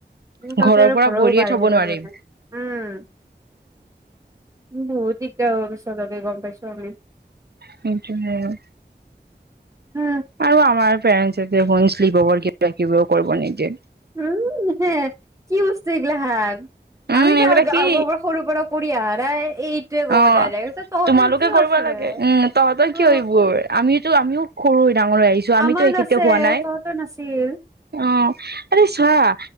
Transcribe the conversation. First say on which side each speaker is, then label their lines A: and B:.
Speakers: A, on the right (about 15°); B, on the right (about 65°).
A: উ তহতৰ
B: ঘৰৰ
A: আৰু
B: পৰা
A: ঘৰও
B: ভৰিয়ে
A: বাহিৰ
B: থব নোৱাৰিম।
A: <unintelligible> উম। বহুত দিগদাৰ হ'ব পিছলৈকে গম পাইছোঁ আমি।
B: সেইটোৱে আৰু।
A: হা
B: আৰু আমাৰ পৰেণ্টছে দেখোন ফ্লিপ অভাৰ কিবা কিবাও কৰিব নিদিয়ে।
A: উম, হে কি বস্তু এইগিলাখান?
B: উম
A: আমিতো
B: এইবিলাক
A: আগ
B: কি
A: -আগৌ পৰা সৰুৰ পৰা কৰি অহা নাই? এইটোৱে ক'ব
B: অ',
A: ডাইৰেক্ট তহঁতৰ
B: তোমালোকে
A: কিয়
B: কৰিব
A: আছে বে
B: লাগে। উম। তহঁতৰ
A: অ
B: কিয় এইবোৰ? আমিতো আমিও সৰু ডাঙৰ হৈ আহিছো আমিতো
A: আমাৰ
B: এই
A: আছে,
B: কেতিয়াও হোৱা নাই
A: তহঁতৰ নাছিল।
B: অ আৰে চোৱা,